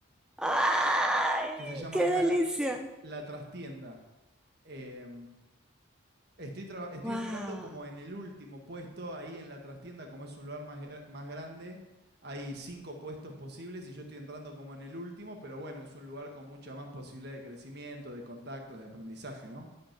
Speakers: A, in the centre; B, on the right.
A: ¡Ay,
B: que se llama
A: qué
B: acá
A: delicia!
B: La, La Trastienda. Eh, estoy, estoy
A: ¡Wow!
B: entrando como en el último puesto ahí en La Trastienda, como es un lugar más, más grande. Hay cinco puestos posibles y yo estoy entrando como en el último, pero bueno, es un lugar con mucha más posibilidad de crecimiento, de contactos, de aprendizaje, ¿no?